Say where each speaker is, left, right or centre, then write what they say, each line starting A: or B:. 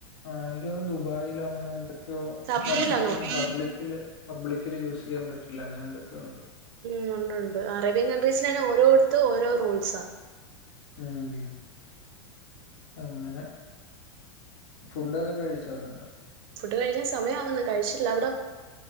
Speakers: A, on the left (about 65°); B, on the right (about 55°).
A: ആഹ് എനിക്കോന്നുന്നു ദുബായിലോ അങ്ങനെ എന്തൊക്കെയോ
B: സൗദിയിലാന്ന്
A: വാട്സ്ആപ്പൊന്നും
B: തോന്നുന്നു
A: പബ്ലി ക്കില് പബ്ലിക്കില് യൂസെയ്യാൻ പറ്റില്ല അങ്ങനെ എന്തൊക്കെയോ ഉണ്ട്.
B: ഉം ഉണ്ട് ഉണ്ട് അറേബ്യൻ കൺട്രീസ് ലെന്നെ ഓരോട്ത്തും ഓരോ റൂൾസാ
A: ഉം അങ്ങനെ ഫുഡൊക്കെ കഴിച്ചൊ നിങ്ങള്
B: ഫുഡ് കഴിക്കാൻ സമയാവുന്നു കഴിച്ചില്ല അവ്ടെ